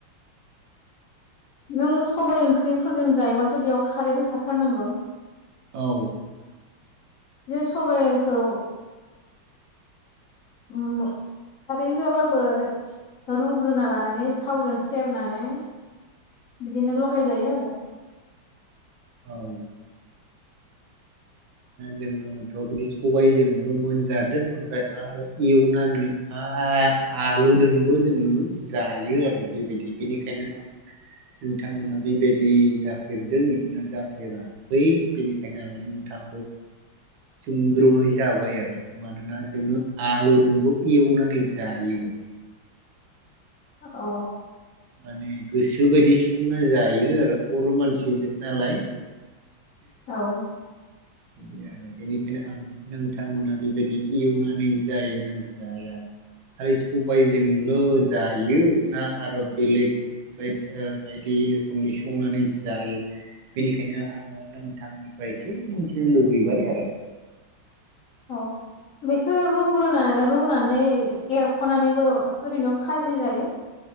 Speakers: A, on the left (about 50°); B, on the right (about 75°).
A: नों सबाय ओंख्रि फोरजों जायोबाथ' बेयाव खारै होखा थारनांगौ।
B: औ।
A: बिदि सबायखौ उम खारै होआ बाबो रुग्रोना लानानै थावजों सेरनानै बिदिनो लगाय जायो आरो।
B: औ। जोङोथ' बिदि सबाय जोंबो मोनजादों ओमफ्राय आरो एवनानै आरो आ आलु दोंबो जोङो जायो आरो बेबायदि बेनिखायनो आं नोंथां मोना बेबायदि जाफेरदों ना जाफेराखै बेनिखायनो आङो नोंथां सोंग्र' नाय जाबाय आरो। मानोना जोङो आलु दुंबो एवनानै जायो।
A: अ
B: माने गोसो बायदि संना जायो आरो बर' मानसिजों नालाय।
A: औ।
B: बिदि आरो बेनिखायनो आं नोंथांमोना बेबायदि एवनानै जायो ना जाया खालि सबायजोंल' जायो ना आरो बेलेग बाय ओ बायदि रोखोमनि संनानै जायो बेनिखायनो आङो नोंथां निफ्राय एसे मिथिनो लुगैबाय आरो।
A: <unintelligible> बेखौ रुग्रोनाय रुना नै एरख' नानैबो ओरैनो फाजि जायो।